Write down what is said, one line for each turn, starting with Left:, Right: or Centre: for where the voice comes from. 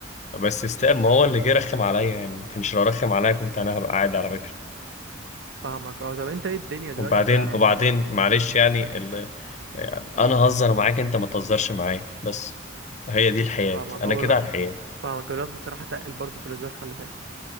Left: بس يستاهل ما هو اللي جه رخم عليا يعني ما كانش لو رخم عليا كنت انا هبقى عادي على فكرة
Right: فاهمك اه طب انت ايه الدنيا دلوقتي
Left: وبعدين
Right: انت
Left: وبعدين معلش يعني ال... انا هزر معاك انت ما تهزرش معايا بس هي دي الحياة
Right: فاهمك
Left: انا
Right: اه
Left: كده
Right: لا،
Left: على الحياة
Right: فاهمك الواد بصراحه تقل برضه في الهزار خلي بالك